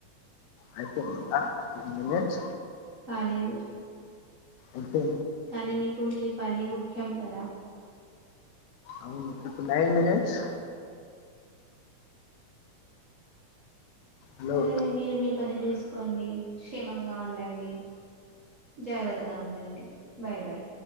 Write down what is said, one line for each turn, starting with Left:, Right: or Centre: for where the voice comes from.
Left: అయ్పోందా టెన్ మినేట్
Right: కాలేదు
Left: అంతే
Right: కానీ మీకు మీ పని ముఖ్యం కదా
Left: అవునా ఇప్పుడు నైన్ మనిట్స్ హలో
Right: సరేలే మీరు మీ పని చుస్కోండి క్షేమంగా ఉండండి జాగ్రతగా ఉండండి బాయ్ బాయ్